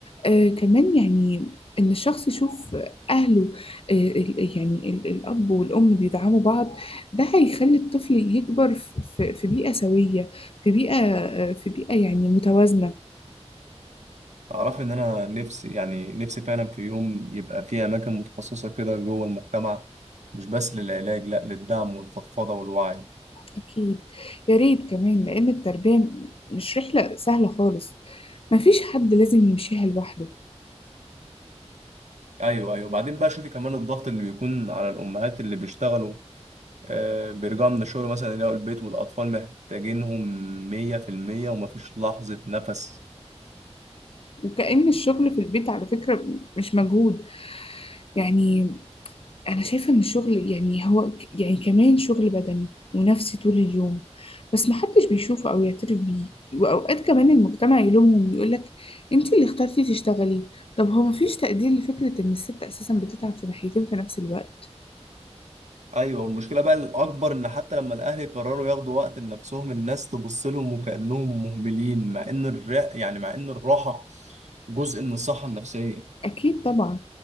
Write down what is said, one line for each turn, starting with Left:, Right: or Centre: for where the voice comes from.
Left: آه كمان يعني إن الشخص يشوف أهله آه ال- يعني ال- الأب والأم بيدعموا بعض ده هيخلي الطفل يكبر في في- في بيئة سوية في بيئة آه في بيئة يعني متوازنة
Right: أعرف إن أنا نفسي يعني نفسي فعلا في يوم يبقى في أماكن متخصصة كده جوه المجتمع مش بس للعلاج لأ للدعم والفضفضة والوعي
Left: أكيد يا ريت كمان لأن التربية مش رحلة سهلة خالص مفيش حد لازم يمشيها لوحده
Right: أيوه أيوه بعدين بقى شوفي كمان الضغط اللي بيكون على الأمهات اللي بيشتغلوا آه بيرجعوا من الشغل مثلا يلاقوا البيت والأطفال محتاجينهم مية في المية ومفيش لحظة نفس
Left: وكأن الشغل في البيت على فكرة مش مجهود يعني أنا شايفة إن الشغل يعني هو ك- يعني كمان شغل بدني ونفسي طول اليوم بس محدش بيشوفه أو يعترف بيه وأوقات كمان المجتمع يلومهم ويقولك أنت اللي اخترتي تشتغلي طب هو مفيش تقدير لفكرة إن الست أساسا بتتعب في ناحيتين في نفس الوقت
Right: أيوه المشكلة بقى الأكبر إن حتى لما الأهل يقرروا ياخدوا وقت لنفسهم الناس تبص لهم وكأنهم مهملين مع إن الرق يعني مع إن الراحة جزء من الصحة النفسية
Left: أكيد طبعا